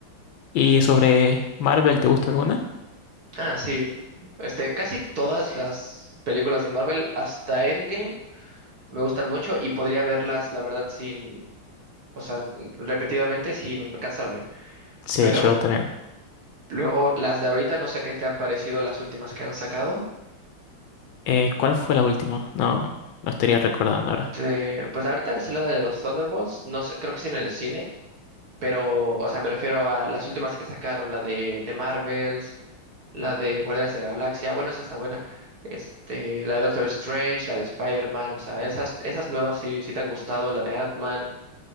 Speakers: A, on the left (about 75°); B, on the right (about 50°).
A: ¿Y sobre Marvel, te gusta alguna?
B: Ah, sí, este, casi todas las películas de Marvel, hasta Endgame. me gustan mucho y podría verlas, la verdad, sin, o sea, repetidamente sin cansarme.
A: Sí,
B: Pero
A: yo también.
B: luego las de ahorita, no sé qué te han parecido las últimas que han sacado.
A: Eh, ¿cuál fue la última? No, no estaría recordando ahora.
B: Te- pues ahorita es la de los Thunderbolts, no sé, creo que sí en el cine, pero, o sea, me refiero a las últimas que sacaron, la de, de Marvels, la de Guardianes de la Galaxia, bueno, esa está buena. Este, la de Doctor Strange, la de Spider-Man, o sea, esas, esas nuevas sí, sí te han gustado, la de Ant-Man.